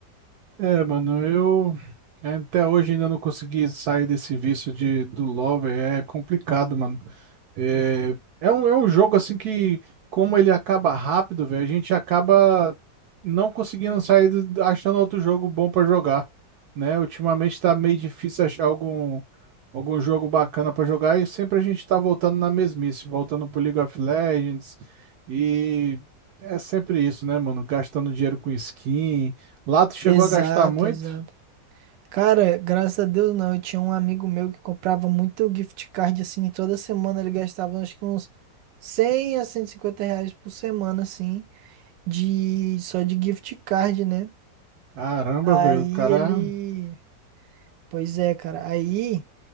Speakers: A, on the right; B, on the right.
A: É, mano, eu né, até hoje ainda não consegui sair desse vício de, do Lover, é complicado, mano. É, é um, é um jogo assim que, como ele acaba rápido, velho, a gente acaba não conseguindo sair do- achando outro jogo bom pra jogar, né? Ultimamente tá meio difícil achar algum, algum jogo bacana pra jogar e sempre a gente tá voltando na mesmice, voltando pro League of Legends e é sempre isso, né, mano? Gastando dinheiro com skin. Lá tu chegou
B: Exato,
A: a gastar muito?
B: exato. Cara, graças a Deus não. Eu tinha um amigo meu que comprava muito gift card, assim, e toda semana ele gastava acho que uns 100 a 150 reais por semana, assim, de só de gift card, né?
A: Caramba,
B: Aí
A: velho, o cara.
B: ele. Pois é, cara. Aí.